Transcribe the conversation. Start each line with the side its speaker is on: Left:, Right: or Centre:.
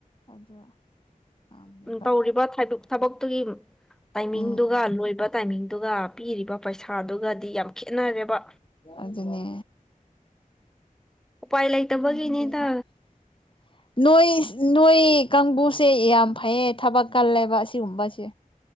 Left: ꯑꯗꯣ ꯌꯥꯝꯗꯦꯕ
Centre: ꯇꯧꯔꯤꯕ ꯊꯕꯛꯇꯨꯒꯤ ꯇꯥꯏꯃꯤꯡꯗꯨꯒ
Left: ꯎꯝ
Centre: ꯂꯣꯏꯕ ꯇꯥꯏꯃꯤꯡꯗꯨꯒ ꯄꯤꯔꯤꯕ ꯄꯩꯁꯥꯗꯨꯒꯗꯤ ꯌꯥꯝ ꯈꯦꯠꯅꯔꯦꯕ
Left: ꯑꯗꯨꯅꯦ
Centre: ꯎꯄꯥꯏ ꯂꯩꯇꯕꯒꯤꯅꯤꯗ
Left: <unintelligible> ꯅꯣꯏ ꯅꯣꯏ ꯀꯥꯡꯕꯨꯁꯦ ꯌꯥꯝ ꯐꯩꯌꯦ ꯊꯕꯛ ꯀꯜꯂꯦꯕ ꯑꯁꯤꯒꯨꯝꯕꯁꯦ